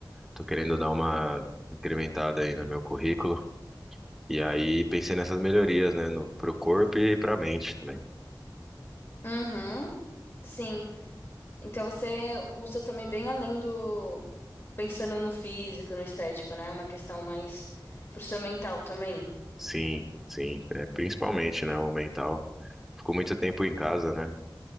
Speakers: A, in the centre; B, on the left (about 35°).
A: tô querendo dar uma incrementada aí no meu currículo. E aí pensei nessas melhorias, né, no, pro corpo e pra mente também.
B: Uhum, sim. Então você usa também bem além do pensando no físico, no estético, né? É Uma questão mais pro seu mental também.
A: Sim, sim, é, principalmente, né, o mental. Fico muito tempo em casa, né?